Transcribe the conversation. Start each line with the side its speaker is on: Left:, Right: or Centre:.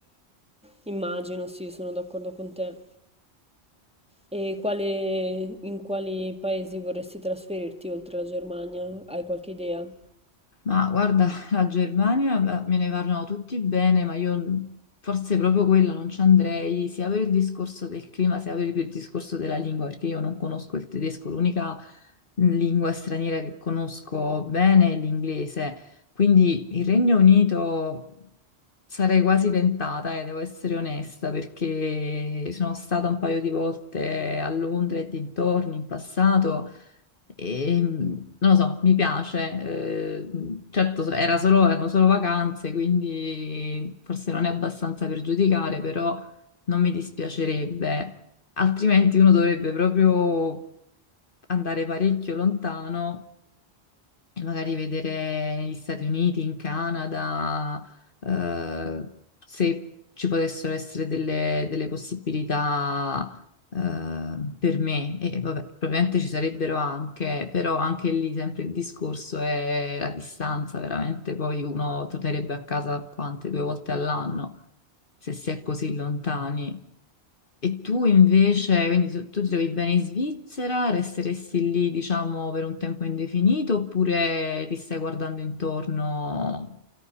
Centre: Immagino, sì, sono d'accordo con te. E quale- in quali paesi vorresti trasferirti oltre la Germania? Hai qualche idea?
Left: Ma guarda, la Germania eh, me ne parlano tutti bene, ma io n- forse proprio quella non ci andrei, sia per il discorso del clima, sia per il discorso della lingua, perché io non conosco il tedesco, l'unica lingua straniera che conosco bene è l'inglese. Quindi il Regno Unito sarei quasi tentata, e devo essere onesta, perché sono stata un paio di volte a Londra e dintorni in passato. E, non lo so, mi piace. eh, certo, era solo, erano solo vacanze, quindi forse non è abbastanza per giudicare, però non mi dispiacerebbe. Altrimenti uno dovrebbe proprio andare parecchio lontano e magari vedere negli Stati Uniti, in Canada, eh, se ci potessero essere delle, delle possibilità, eh, per me. E vabbè, probabilmente ci sarebbero anche, però anche lì sempre il discorso è la distanza, veramente poi uno tornerebbe a casa quante, due volte all'anno, se si è così lontani. E tu invece, quindi tu, tu ti trovi bene in Svizzera, resteresti lì, diciamo, per un tempo indefinito oppure ti stai guardando intorno